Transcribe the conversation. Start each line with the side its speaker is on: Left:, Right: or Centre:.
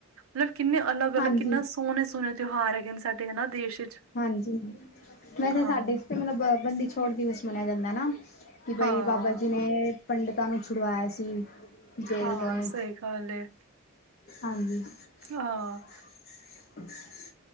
Right: ਮਤਲਬ ਕਿੰਨੇ ਅਲੱਗ- ਅਲੱਗ
Left: ਹਾਂਜੀ,
Right: ਕਿੰਨਾ ਸੋਹਣੇ -ਸੋਹਣੇ ਤਿਉਹਾਰ ਹੈਗੇ ਨੇ ਸਾਡੇ ਹਨਾ ਦੇਸ਼ ਵਿੱਚ।
Left: ਹਾਂਜੀ ਵੈਸੇ
Right: ਹਾਂ।
Left: ਸਾਡੇ ਮਤਲਬ ਬੰਦੀ ਛੋੜ ਦਿਵਸ ਮੰਨਿਆ ਜਾਂਦਾ ਹੈ। ਕਿ ਬਈ
Right: ਹਾਂ,
Left: ਬਾਬਾ ਜੀ ਨੇ ਪੰਡਿਤਾਂ ਨੂੰ ਛੁਡਵਾਇਆ ਸੀ। ਜਦੋਂ
Right: ਹਾਂ ਸਹੀ ਗੱਲ ਏ
Left: ਹਾਂਜੀ।
Right: ਹਾਂ।
Left: <unintelligible>